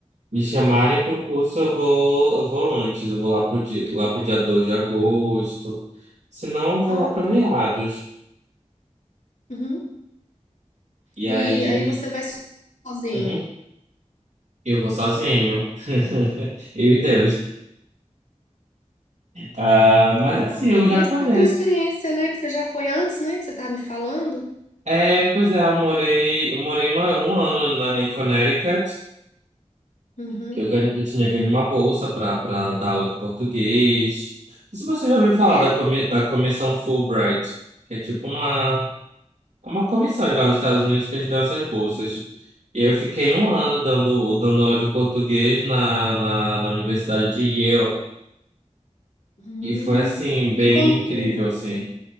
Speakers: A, on the right; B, on the left.
A: Me chamarem pro curso, eu vou, eu vou antes, eu vou lá pro dia, lá pro dia 2 de agosto. Se não, eu vou
B: Ah,
A: lá pra meados.
B: tá. Uhum.
A: E
B: E
A: aí,
B: aí você vai sozinho.
A: uhum, eu vou sozinho. <laughs>
B: Entendi.
A: Eu e Deus. Ah, mas
B: Ah,
A: assim,
B: mas
A: eu
B: também
A: já
B: você
A: conheço.
B: já tem experiência, né? Que você já foi antes, né? Que você estava me falando.
A: É, pois é, eu morei, eu morei uma, um ano na, em Connecticut,
B: Uhum.
A: que eu, ganhei- eu tinha ganho uma bolsa para para dar aula de português. Não sei Se você já ouviu falar
B: É?
A: da, comi, da comissão Fulbright, que é tipo uma. É uma comissão de lá dos Estados Unidos que eles dão essas bolsas. E eu fiquei um ano dando, dando aula de português na, na, na Universidade de Yale.
B: Uhum.
A: E foi, assim, bem
B: E como...
A: incrível, assim.